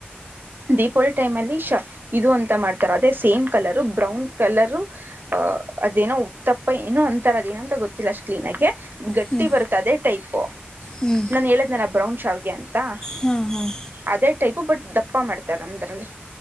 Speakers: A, on the right; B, on the left.
A: ದೀಪಾವಳಿ ಟೈಮ್ ಅಲ್ಲಿ ಇದು ಅಂತ ಮಾಡ್ತಾರೆ ಅದೇ ಸೇಮ್ ಕಲರು ಬ್ರೌನ್ ಕಲರು ಅದೇನ ಉತ್ತಪ್ಪ ಏನೋ ಅಂತಾರ ಅದೇಏನ ಅಂತ ಗೊತ್ತಿಲ್ಲ ಅಷ್ಟ ಕ್ಲೀ ಆೆ ಗಟ್ಟಿ
B: ಹ್ಞೂ
A: ಬರುತ್ತದೇ ಟೈಪು
B: ಹ್ಞೂ
A: ನಾನು ಹೇಳಿದ್ನಲ್ಲ ಬ್ರೌನ್ ಶಾವ್ಗೆ ಅಂತ ಅತ್ತಾ
B: ಹಾಂ ಹಾಂ
A: ಅದೇ ಟೈಪು ಬಟ್ ದಪ್ಪ ಮಾಡ್ತಾರೆ ನಮ್ಮದ್ರಲ್ಲಿ